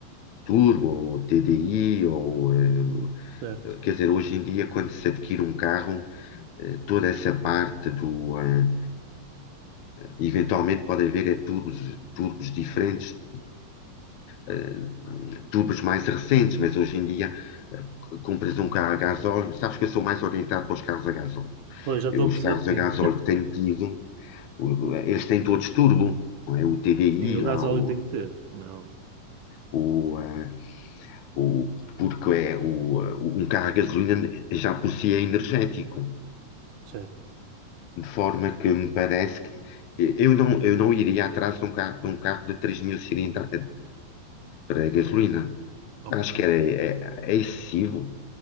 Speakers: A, on the left; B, on the right.
A: Turbo, ou TDI, ou, eh,
B: certo.
A: quer dizer, hoje em dia quando se adquire um carro, eh, toda essa parte do, eh, eventualmente pode haver é, turbos, turbos diferentes, uh, tubos mais recentes, mas hoje em dia uh, compras um carro a gasóleo, sabes que eu sou mais orientado para os carros a gasóleo.
B: Pois já estou
A: Eu, os
B: a perceber
A: carros
B: que sim.
A: a gasóleo que tenho tido, uh, eles têm todos turbo, não é? o TDI
B: Sim, o
A: lá,
B: gasóleo
A: o,
B: tem que ter, como é óbvio.
A: o, ah, o- porque é o, ah, um carro a gasolina já por si é energético,
B: Certo.
A: de forma que me parece que eh, eu não, eu não iria atrás de um carro de, um carro de 3 mil cilindrada, para a gasolina.
B: Ok, ok.
A: Acho que era, é, é excessivo.